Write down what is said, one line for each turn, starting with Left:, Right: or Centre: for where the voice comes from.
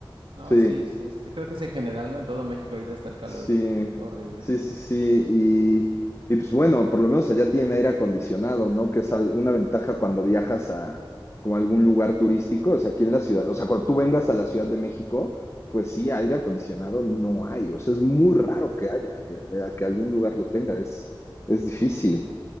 Right: No,
Left: Sí,
Right: sí, es- este, creo que es en general, ¿no? En todo México ahorita está el calor
Left: sí,
Right: horrible.
Left: sí, sí, sí. Y, y, pues bueno, por lo menos allá tienen aire acondicionado, ¿no? Que es al- una ventaja cuando viajas a como a algún lugar turístico. O sea, aquí en la ciudad, o sea, cuando tú vengas a la Ciudad de México, pues sí, aire acondicionado no hay. O sea, es muy raro que haya, eh, eh, que algún lugar lo tenga. Es, es difícil.